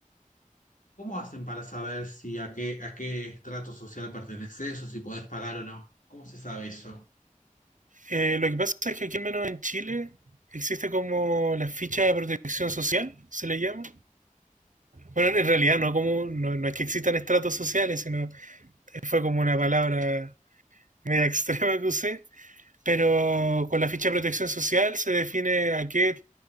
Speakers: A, on the left (about 70°); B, on the right (about 65°).
A: ¿Cómo hacen para saber si a qué, a qué estrato social perteneces o si podés pagar o no? ¿Cómo se sabe eso?
B: Eh, lo que pasa es que aquí al menos en Chile existe como la ficha de protección social, se le llama, Bueno, en realidad no, como, no, no es que existan estratos sociales, sino fue como una palabra media <laughs> extrema que usé, pero con la ficha de protección social se define a qué